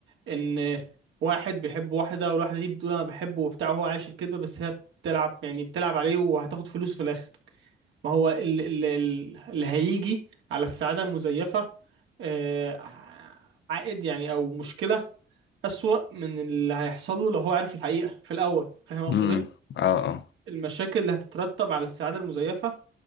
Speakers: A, on the right (about 75°); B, on the left (about 65°).
A: ان واحد بيحب واحده والواحده دي بتقول انا بحبه وبتاع وهو عايش الكذبه بس هي بتلعب يعني بتلعب عليه وهتاخد فلوس في الاخر ما هو ال ال ال اللي هيجي على السعاده المزيفه آه، عائد يعني او مشكله اسوأ من اللي هيحصل له لو هو عارف الحقيقه في الاول فاهم اقصد
B: امم
A: ايه
B: اه اه
A: المشاكل اللي هتترتب على السعادة المزيفة